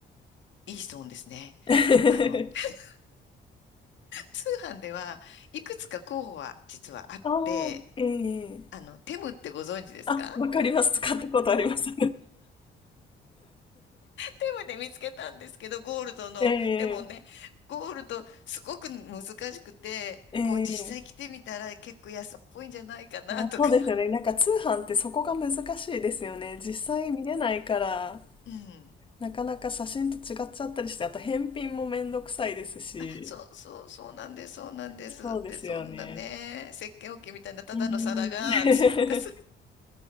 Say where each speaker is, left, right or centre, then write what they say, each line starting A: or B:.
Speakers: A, on the left; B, on the left.
A: いい質問ですね。
B: <laughs>
A: あの、<laughs> 通販ではいくつか候補は実はあって、
B: ああ、ええ
A: あの、テムってご存知ですか
B: あ、
A: <laughs>
B: わかります。<laughs> 使ったことあります。
A: テムで見つけたんですけど、ゴールドの。
B: <laughs>
A: でもね、
B: ええ
A: ゴールドすごく難しくて、
B: ええ
A: こう実際着てみたら結構安っぽいんじゃないかな
B: あ、
A: <laughs> とか。
B: そうですよね。なんか通販ってそこが難しいですよね。実際見れないから、
A: うん。
B: なかなか写真と違っちゃったりして、あと返品もめんどくさいですし、
A: そうそう、そうなんです、そうなんです。
B: そうですよね。
A: で、そんなね、石鹸置きみたいなただの皿が、
B: うん。<laughs>
A: <laughs> つうかす